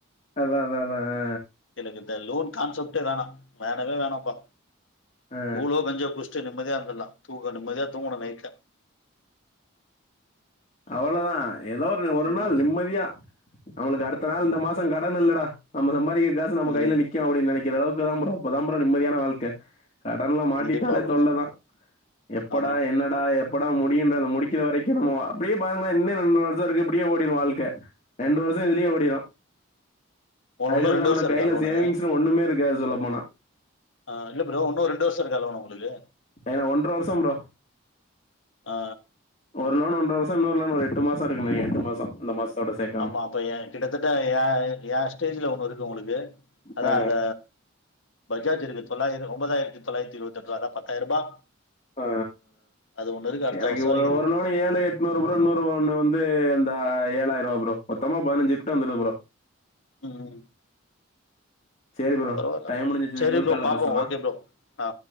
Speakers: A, on the left; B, on the left.
A: அதா அதா அதா அ
B: எனக்கு இந்த லோன் கான்செப்ட்டே வேணா வேணவே வேணாம்பா
A: ஆ
B: கூலோ கஞ்சோ குட்சுட்டு நிம்மதியா இருந்தர்லா தூங்க நிம்மதியா தூங்கணு நைட்ல
A: அவ்ளோதா எதோ ஒரு ஒரு
B: ம்
A: நாள் நிம்மதியா அவங்ளுக்கு அடுத்த நாள் இந்த மாசோ கடன் இல்லடா நம்ம சம்பாதிக்கிற காசு நம்ம
B: ம்
A: கைல நிக்கு அப்டின் நெனைக் கிற அளவுக்கு தா ப்ரோ அப்பதா ப்ரோ நிம்மதியான வாழ்க்க கடன்ல மாட்டிட்டாலே
B: கண்டிப்பா ப்ரோ
A: தொல்ல தா எப்படா
B: ஆமா
A: என்ன டா எப்படா முடியுன்ற முடிக்கிற வரைக்கு நம்ம இப்டியே பாருங்களே இன்னு ரெண்டு வருஷோ இருக்கு இப்டியே ஓடிரு வாழ்க்க ரெண்டு வருஷோ இதுலயே ஓடிரு
B: உங்களுக்கு
A: அதுக்கடுத்து
B: இன்னு ரெண்டு
A: நம்மட்ட
B: வருஷோ இருக்கா
A: கைல
B: லோனு
A: சேவிங்ஸ்னு ஒண்ணுமே இருக்காது சொல்ல போனா
B: ஆ இல்ல ப்ரோ இன்னு ரெண்டு வருஷோ இருக்கா லோன் உங்ளுக்கு
A: ஏனா ஒன்ற வருஷோ ப்ரோ
B: ஆ
A: ஒரு லோன் ஒன்ற வருஷோ இன்னொரு லோன் ஒரு எட்டு மாசோ இருக்கு நெனைக்கற எட்டு மாசோ இந்த மாசத்தோட சேத்
B: ஆமா அப்போ ஏ கிட்டத்தட்ட ஏ ஏ ஸ்டேஜ்ல ஒண்ணு இருக்கு உங்களுக்கு அதா
A: ஆ,
B: அந்த பஜாஜ் இருக்கு தொள்ளாயிரோ ஒன்பதாயிரத்தி தொள்ளாயிரத்தி இருபத்தெட் ருபா அதா பத்தாயிர ரூபா
A: ஆ
B: அது ஒண்ணு இருக்கு அடுத்த
A: எனக்கு
B: வருஷம் வரைக்கும்
A: ஒரு
B: இருக்கு
A: ஒரு லோன் ஒன்னு ஏழு எட்நூறு ப்ரோ இன்னோரு ஒண்ணு வந்து இந்த ஏழாயிர ருபா ப்ரோ மொத்தமா பதினஞ்சு கிட்ட வந்துருது ப்ரோ
B: ம்
A: சேரி ப்ரோ
B: பரவாயில்ல
A: டைம் முடிஞ்சிருச்சி
B: சரி
A: இன்னொரு
B: ப்ரோ
A: கால்ல
B: பாப்போம்
A: பேசலா
B: ஓகே ப்ரோ ஆ